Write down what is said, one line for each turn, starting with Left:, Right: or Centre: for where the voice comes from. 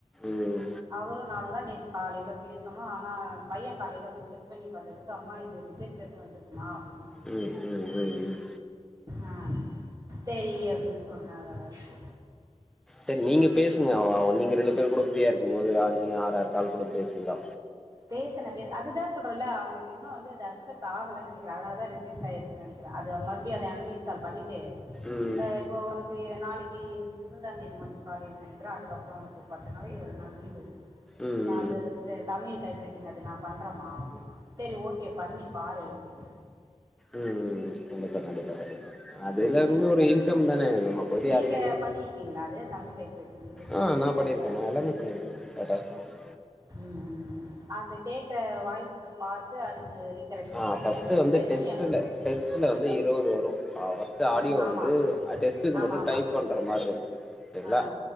Centre: ம்
Right: அவரு நானு தா நேத்து காலைல பேசனோ ஆனா பைய காலைல போய் செக் பண்ணி பாத்தது கம்மா இது ரிஜெக்டட்னு வந்துருக்குமா அப்டின்
Centre: உம் உம் உம் உம்
Right: ஆ சேரி அப்டின் சொன்னாங்கருந்துச்சி
Centre: தரி நீங்க பேசுங்க ஆ ஆ நீங்க ரெண்டு பேர் கூட ஃப்ரீயா இருக்கும்போது ஆர்னி ஆறாற் கால் கூட பேசுவிங்கா
Right: பேஸ்சன பேர் அதுதா சொல்றல்ல அவனுக்கு இன்னு வந்து அத அக்சப்ட் ஆகலன் நெனைக்கற அதனாலதா ரிஜெக்ட் ஆயிருக்கு நெனைக்கிற அது மறுபடியு அது அண்இன் சால் பண்ணிட்டு
Centre: ம்
Right: இப்போ உனக்கு நாளைக் விபதாம் தேதி மட்டும் காலேஜ் நெனைக்கல அதுக்கப்புறம் அவனுக்கு ஒரு பத்து நாளோ இருவது நாள் லீவ் வருது
Centre: உம்
Right: அதர்ஸ் த தமிழ் டைப்ரைட்டிங் அது நா பண்றமா அப்டின்னா சரி ஓகே பண்ணி பாரு அப்டின்ன
Centre: ம் கண்டிப்பா கண்டிப்பா கண்டிப்பா அதுல இருந்து ஒரு இன்கம் தான நமக் போடி
Right: நீங்க
Centre: அறைய
Right: பண்ணிருக்கீங்ளா அது தமிழ் டைப்ரைட்டிங் நீங்க ட்ரை
Centre: ஆ
Right: பண்ணிருக்கீங்ளா
Centre: நா பண்ணியிருக்கேன் நா எல்லாமே பண்ணியிருக்கேன் <unintelligible>
Right: ம் ம் ம் அந்த கேட்கற வாய்ஸ் பாத்து அதுக்கு ரீகரெக்ஷன்
Centre: ஆ
Right: பண்ணி
Centre: ஃபர்ஸ்ட்டு
Right: நம்ம
Centre: வந்து
Right: டைப்
Centre: டெஸ்ட்டுல
Right: பண்ணி அனுப்ச்சிடணும்
Centre: டெஸ்ட்டுல வந்து இருவது வரும் ஃபர்ஸ்ட்டு
Right: ம்
Centre: ஆடியோல
Right: ஆமா
Centre: வந்து அ டெஸ்ட்டுக்கு
Right: ஆமா
Centre: மட்டும்
Right: ஆமா
Centre: டைப் பண்ற மாரி இருக்கும் ஓகேங்களா
Right: ஆ